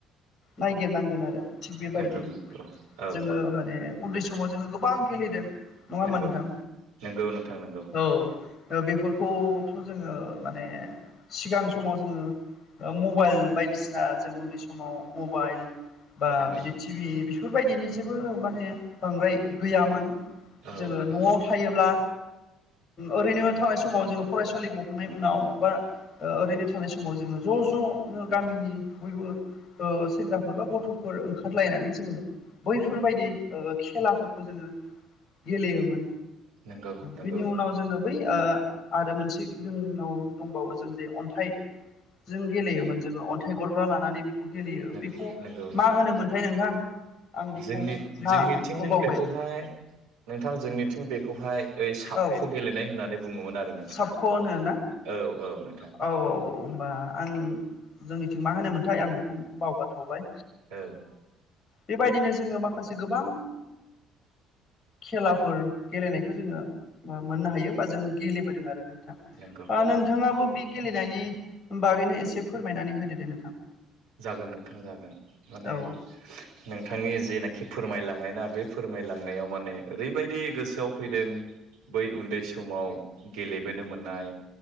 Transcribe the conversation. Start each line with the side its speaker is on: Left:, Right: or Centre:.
Left: नायगिरनांगोन आरो थिग बेबायदि
Right: नंगौ नंगौ औ
Left: जोङो
Right: औ
Left: माने उन्दै समाव जोङो गोबां गेलेदों नङा होनबा
Right: नंगौ
Left: नोंथां?
Right: नंगौ नोंथां नंगौ
Left: औ ओ बेफोरखौ <unintelligible> जोङो माने सिगां समाव जों मबाइल बायदिसिना जों उन्दै समाव मबाइल बा
Right: नंगौ
Left: बिदि टिभि बि बेफोरबायदिनि जेबो माने बांद्राय गैयामोन।
Right: औ
Left: जोङो
Right: नोंथां
Left: न'आव थायोब्ला ओरैनो थानाय समाव जोङो फरायसा गखनाय उनाव बा ओरैनो थानाय समाव जोङो ज' ज'नो गामिनि बयबो सेंग्राफोर बा गथ'फोर ओंखारलायनानै जोङो बैफोरबायदि खेलाफोरखौ जोङो गेलेयोमोन।
Right: नंगौ नंगौ
Left: बिनि उनाव जोङो बै आरो मोनसे। जोंनाव दंबावो जों जे अन्थाइजों गेलेयोमोन जोङो अन्थाइ गरब्रा लानानै बे गेलेयो
Right: नंगौ
Left: बेखौ
Right: नंगौ
Left: मा होनोमोनथाय नोंथां? आं बेखौ
Right: जोंनि
Left: नाखौ
Right: जोंनिथिं
Left: बावबाय
Right: बेखौहाय
Left: आरो
Right: नोंथां जोंनिथिं बेखौहाय ओइ साबख'
Left: औ
Right: गेलेनाय होननानै बुङोमोन आरो नोंथां।
Left: साबख' होनो ना
Right: औ औ नोंथां
Left: औ औ। बा आं जोंनिथिं मा होनोमोनथाय आं बेखौ बावगारथ'बाय।
Right: औ
Left: बेबायदिनो जोङो माखासे गोबां खेलाफोर गेलेनायखौ जोङो मोननो हायो बा जोङो गेलेबोदों आरो।
Right: नंगौ
Left: नोंथाङाबो
Right: नंगौ
Left: बे गेलेनायनि बागैनो एसे फोरमायनानै होदो दे नोंथां
Right: जागोन नोंथां जागोन माने
Left: औ
Right: नोंथांनि जेनाखि फोरमायलांनाय ना बे फोरमायलांनायाव माने ओरैबायदि गोसोआव फैदों बै उन्दै समाव गेलेबोनो मोननाय